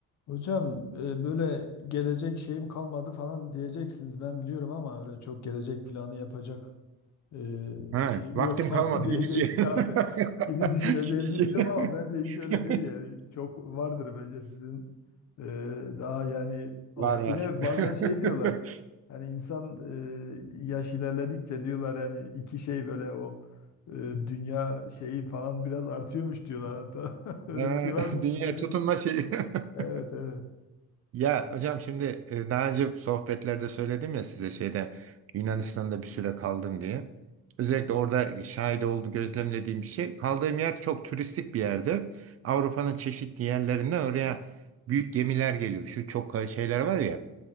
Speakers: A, on the left; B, on the right.
A: Hocam e, böyle gelecek şeyim kalmadı falan diyeceksiniz ben biliyorum ama öyle çok gelecek planı yapacak e,
B: Ha,
A: şeyim
B: vaktim
A: yok <laughs> falan
B: kalmadı
A: diyecek
B: gideceğim.
A: daha
B: <laughs>
A: gibi düşüneceğinizi
B: Gideceğim.
A: biliyorum ama bence hiç öyle
B: <laughs>
A: değil yani çok vardır bence sizin e, daha yani aksine
B: Var var.
A: bazen
B: <laughs>
A: şey diyorlar hani insan e, yaş ilerledikçe diyorlar yani iki şey böyle o e, dünya şeyi falan biraz artıyormuş diyorlar hatta <laughs> öyle
B: Ha,
A: bir şey var mı sizde
B: Dünya tutunma
A: bilmiyorum.
B: şeyi. <laughs>
A: Evet evet.
B: Ya hocam şimdi e, daha önce sohbetlerde söyledim ya size şeyde Yunanistan'da bir süre kaldım diye. Özellikle orada şahit oldu gözlemlediğim bir şey. Kaldığım yer çok turistik bir yerdi. Avrupa'nın çeşitli yerlerinden oraya büyük gemiler geliyor. Şu çok kay- şeyler var ya.